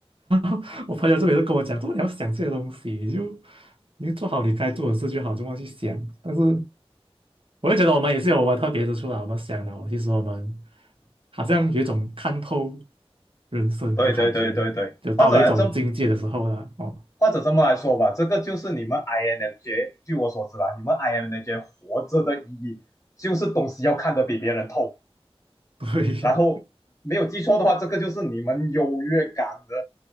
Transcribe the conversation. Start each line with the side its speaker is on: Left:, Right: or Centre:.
Right: <laughs> 我朋友这边就跟我讲，怎么你要想这些东西，你就你就做好你该做的事就好，就忘记想。但是我就觉得我们也是有我们特别之处啦，我们想了，其实我们好像有一种看透人生的感觉，
Left: 对对对对对，
Right: 就到了一种境界的时候了。
Left: 或者这
Right: 哦，
Left: 或者这么来说吧，这个就是你们 INFJ，据我所知啦，你们 INFJ 活着的意义就是东西要看得比别人透，
Right: 对，
Left: 然后没有记错的话，这个就是你们优越感的